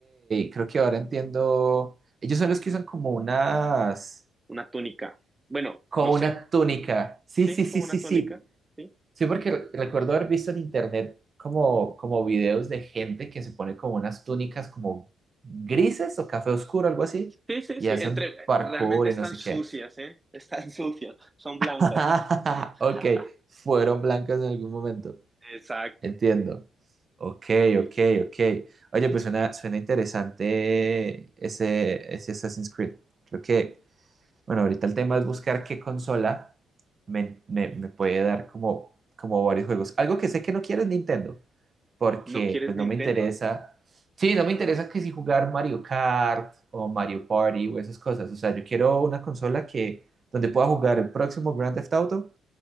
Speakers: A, on the right; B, on the right.
A: Creo que ahora entiendo. Ellos son los que usan como unas,
B: Una túnica. Bueno,
A: como
B: no sé,
A: una túnica. Sí,
B: sí,
A: sí,
B: es
A: sí,
B: como
A: sí,
B: una túnica,
A: sí.
B: ¿sí?
A: Sí, porque re- recuerdo haber visto en internet como, como videos de gente que se pone como unas túnicas como grises o café oscuro, algo así,
B: Sí, sí,
A: y
B: sí,
A: hacen
B: entre,
A: parkour
B: realmente están
A: y no sé
B: sucias,
A: qué.
B: ¿eh? <laughs> Están sucias, son blancas.
A: <laughs>
B: <laughs>
A: Ok, fueron blancas en algún momento.
B: Exacto.
A: Entiendo. Ok, ok, ok. Oye, pues suena, suena interesante ese, ese Assassin's Creed. Creo que, bueno, ahorita el tema es buscar qué consola me, me- me puede dar como, como varios juegos. Algo que sé que no quiero es Nintendo, porque
B: ¿No quieres
A: pues
B: Nintendo?
A: no me interesa. Sí, no me interesa que si jugar Mario Kart o Mario Party o esas cosas. O sea, yo quiero una consola que, donde pueda jugar el próximo Grand Theft Auto